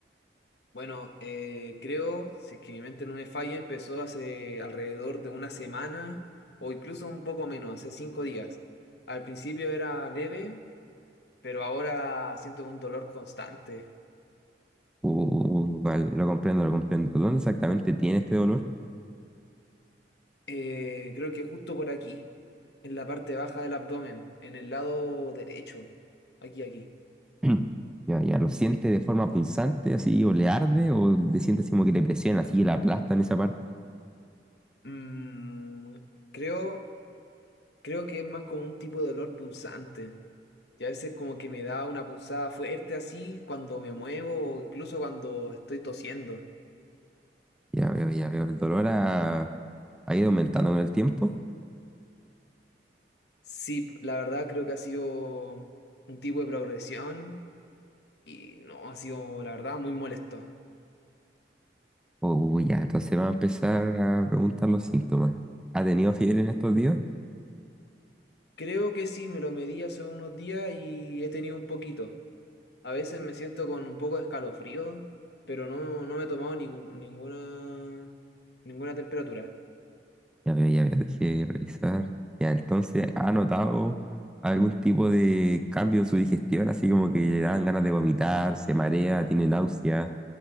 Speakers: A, on the left; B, in the centre.
A: Bueno, eh, creo, si es que mi mente no me falla, empezó hace alrededor de una semana o incluso un poco menos, hace cinco días. Al principio era leve, pero ahora siento un dolor constante.
B: Uh, vale, lo comprendo, lo comprendo. ¿Dónde exactamente tiene este dolor?
A: Eh, creo que justo por aquí, en la parte baja del abdomen, en el lado derecho. Aquí, aquí.
B: <clears throat> Ya, ya, ¿lo siente de forma punzante, así, o le arde, o le siente así como que le presiona, así, que le aplasta en esa parte?
A: Mm, creo... Creo que es más como un tipo de dolor punzante. Y a veces como que me da una punzada fuerte así cuando me muevo o incluso cuando estoy tosiendo.
B: Ya veo, ya veo. ¿El dolor ha, ha ido aumentando con el tiempo?
A: Sí, la verdad creo que ha sido un tipo de progresión y no, ha sido la verdad muy molesto.
B: Uh, ya, entonces va a empezar a preguntar los síntomas. ¿Ha tenido fiebre en estos días?
A: Creo que sí, me lo medí hace unos días y he tenido un poquito. A veces me siento con un poco de escalofrío, pero no, no me he tomado nin- ninguna, ninguna temperatura.
B: Ya veo, ya veo, dejé revisar. Ya, entonces, ¿ha notado algún tipo de cambio en su digestión? Así como que le dan ganas de vomitar, se marea, tiene náusea,